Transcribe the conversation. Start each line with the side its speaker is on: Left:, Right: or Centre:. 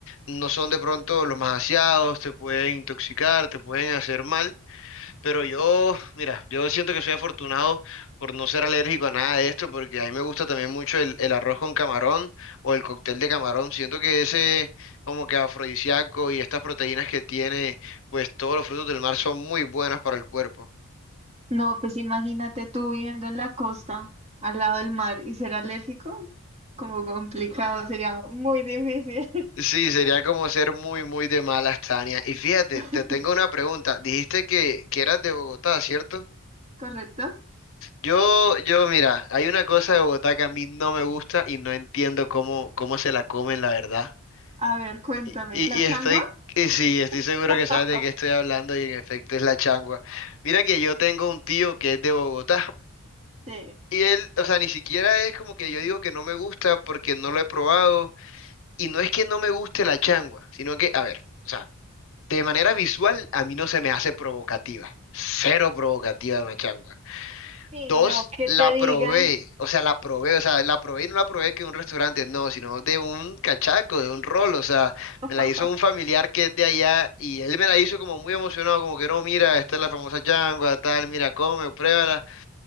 Left: no son de pronto los más aseados, te pueden intoxicar, te pueden hacer mal. Pero yo, mira, yo siento que soy afortunado por no ser alérgico a nada de esto, porque a mí me gusta también mucho el, el arroz con camarón o el cóctel de camarón. Siento que ese como que afrodisíaco y estas proteínas que tiene, pues todos los frutos del mar son muy buenas para el cuerpo.
Right: No, pues imagínate tú viviendo en la costa, al lado del mar, y ser alérgico, como complicado, sería muy difícil.
Left: Sí, sería como ser muy, muy de malas, Tania. Y fíjate,
Right: <laughs>
Left: te tengo una pregunta. Dijiste que, que eras de Bogotá, ¿cierto?
Right: ¿Correcto?
Left: Yo, yo, mira, hay una cosa de Bogotá que a mí no me gusta y no entiendo cómo, cómo se la comen, la verdad.
Right: A ver, cuéntame,
Left: Y, y-
Right: ¿la
Left: y
Right: changua?
Left: estoy, y sí, estoy seguro
Right: <laughs>
Left: que sabes de qué estoy hablando y en efecto es la changua. Mira que yo tengo un tío que es de Bogotá
Right: Sí,
Left: y él, o sea, ni siquiera es como que yo digo que no me gusta porque no lo he probado y no es que no me guste la changua, sino que, a ver, o sea, de manera visual a mí no se me hace provocativa, cero provocativa una changua.
Right: Sí,
Left: Dos,
Right: no, que
Left: la
Right: te digan
Left: probé, o sea, la probé, o sea, la probé y no la probé que de un restaurante, no, sino de un cachaco, de un rol, o sea,
Right: <laughs>
Left: me la hizo un familiar que es de allá y él me la hizo como muy emocionado, como que no, mira, esta es la famosa changua, tal, mira, come, pruébala.